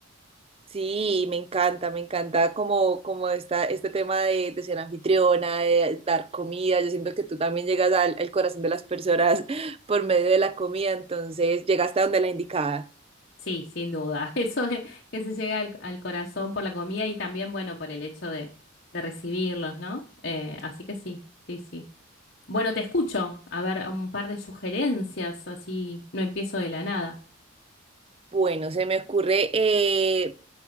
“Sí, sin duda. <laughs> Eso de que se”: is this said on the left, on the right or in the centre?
Left